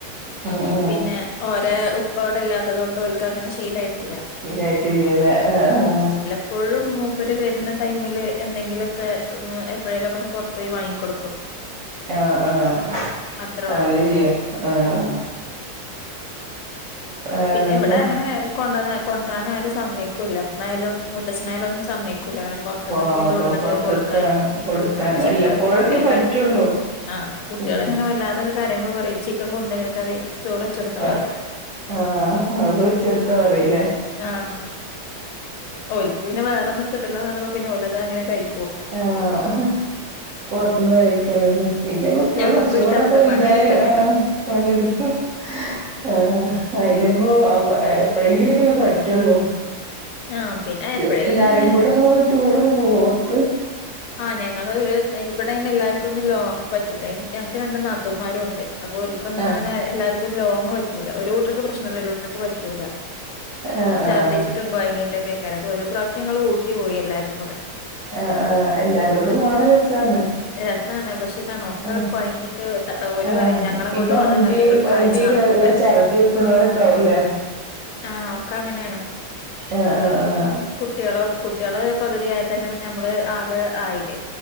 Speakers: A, on the right (about 60°); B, on the left (about 80°).
A: ആഹ് ആഹ്
B: പിന്നെ ഓരെ ഉപ്പ വ്ടെല്ലാത്തത് കൊണ്ടോൽക്കങ്ങനെ ശീലായിട്ടില്ല.
A: ശീലായിട്ടില്ലലേ അ ആഹ്
B: പ്പോഴും മൂപ്പര് വരുന്ന ടൈമില് എന്തെങ്കിലു ഒക്കെ ഉ എപ്പഴേലു ഒക്കൊന്ന് പൊർത്തോയി വാങ്ങിക്കൊടുക്കും.
A: ആഹ് ആഹ്
B: അത്രേ
A: അങ്ങനെ
B: ഉള്ളൂ
A: ചെയ്യ ആഹ് വേറെന്താ
B: പിന്നെ ഇവിടെ അങ്ങനെ കൊണ്ടന്ന കൊണ്ടരാൻ ആരും സമ്മയ്ക്കൂല്ല മ്മായാലും മൂത്തച്ഛനായാലും ഒന്നും സമ്മയ്ക്കൂല്ല <unintelligible> പൊർത്തുന്ന്
A: പൊ
B: ഫുഡ് കൊടുന്നിട്ട്
A: പൊറത്തത്തെ
B: കൊടുക്കാന്.
A: കൊടുക്കാൻ
B: ആഹ് ചിക്കൻ
A: വല്ലപ്പോഴൊക്കെ
B: കുട്ട്യേക്ക്
A: പറ്റുള്ളൂ
B: ആഹ് കുട്ട്യളങ്ങനെ
A: പിന്നെ
B: വല്ലാതൊക്കെ കരയുമ്പോ പറയും ചിക്കൻ കൊണ്ടു <unintelligible> ചോറ് വച്ചെടുത്തളാറി
A: ആ ആഹ് അഅ് പൊരിച്ചൊടു ത്തൊ പറയുല്ലേ
B: ആഹ് ഓൽക്ക് പിന്നെ വേറൊന്നും കിട്ടില്ലാന്ന് കാണുമ്പോ പിന്നോലത അങ്ങനെ കയ്
A: ആഹ് അഹ് പൊർത്ത്ന്ന് കഴിക്കണല്ലെ പിന്നെ കുട്ട്യൾ
B: ഞമ്മക്കും
A: കൊർ ച്ചു
B: ഇഷ്ടം
A: കോടക്കെ
B: അതാണ്
A: വൽതായ
B: പണിട്ക്കണ്ടല്ലോ
A: ആഹ് പണിയെടുക്കു. ആഹ് അയ്നിപ്പോ അവ എപ്പഴെങ്കിലൊക്കല്ലെ പറ്റുള്ളൂ.
B: ആഹ് പിന്നെ
A: റ്റ്യു
B: എപ്പഴേലൊക്കെ
A: എല്ലാരും
B: അങ്ങനെ
A: കൂടെക്കെ ങ്ങള് ടൂറൊക്കെ പോകോ പൊർത്ത്?
B: ആഹ് ഞങ്ങള് ഒരു ഇവിടെയ്ന് എല്ലാർക്കും ഒന്നും ലോങ് പറ്റില്ല ഞങ്ങക്ക് രണ്ട് നാത്തൂന്മാരും ഉണ്ട്, അപ്പൊ ഓൽക്കൊന്നും
A: ആഹ്
B: അങ്ങനെ എല്ലാർക്കും ഒരു ലോങ്ങ് പറ്റൂല ഒരു കൂട്ടർക്ക് പ്രശ്നില്ല ഒരു കൂട്ടർക്ക് പറ്റൂല
A: ആഹ് ആഹ്
B: ഛർദ്ദിച്ചിട്ടും കൊഴങ്ങീട്ടൊക്കെക്കാര ഒരു പ്രാവിശ്യം ഞങ്ങള് ഊട്ടി പോയി എല്ലാരും കൂടെ
A: ആഹ് ആഹ് എല്ലാരും കൂടി പോണൊരു രസാണ്
B: രസാണ് പക്ഷെ ഇതാണ് ഒക്കെ
A: ആഹ്
B: കൊഴഞ്ഞിട്ട് ഓര്
A: ആഹ്
B: പറയും ഞങ്ങളെ
A: പിന്നെ
B: കൊണ്ട് പോന്ന
A: വണ്ടി
B: ഇങ്ങക്ക്
A: വണ്ടി
B: കാഴ്ച നടക്കൂല
A: കേറിയ ഛർദി വെക്കണോരൊക്കെ ആവൂല്ലേ
B: ആഹ് ഒക്കെ അങ്ങനേണ്
A: ആഹ് ആഹ് ആഹ്
B: കുട്ടികളൊ കുട്ടികള് പകുതി ആയ തന്നെ പിന്നെ നമ്മള് ആകെ ആയില്ലെ